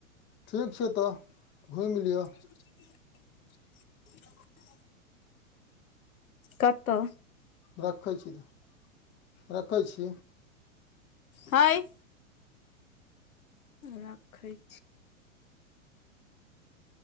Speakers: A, on the left; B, on the left.
A: ठीक छै तऽ घुइम लिअ।
B: <unintelligible> कतऽ
A: रखै छी - रखै छी।
B: हैय रखै छी।